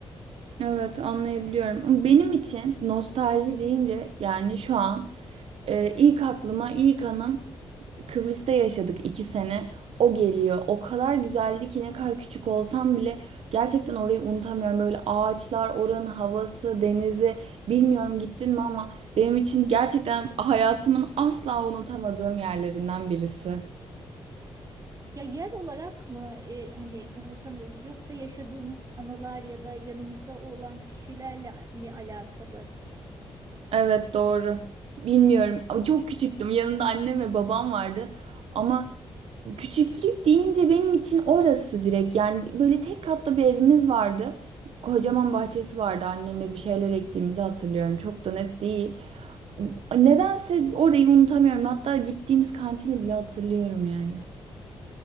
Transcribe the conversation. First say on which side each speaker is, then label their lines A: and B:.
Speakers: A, on the right; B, on the right.
A: Evet anlayabiliyorum. Ama Benim için nostalji deyince yani şu an e, ilk aklıma ilk anım Kıbrıs'ta yaşadık iki sene. O geliyor. O kadar güzeldi ki ne kadar küçük olsam bile gerçekten orayı unutamıyorum. Böyle ağaçlar, oranın havası, denizi bilmiyorum gittin mi ama benim için gerçekten hayatımın asla unutamadığım yerlerinden birisi.
B: Ya yer olarak mı e, hani unutamıyoruz yoksa yaşadığımız anılar ya da yanımızda olan kişilerle mi alakalı?
A: Evet doğru. Bilmiyorum. Ama Çok küçüktüm. Yanımda annem ve babam vardı. Ama Küçüklük deyince benim için orası direkt yani böyle tek katlı bir evimiz vardı. Kocaman bahçesi vardı annemle bir şeyler ektiğimizi hatırlıyorum çok da net değil. Nedense orayı unutamıyorum hatta gittiğimiz kantini bile hatırlıyorum yani.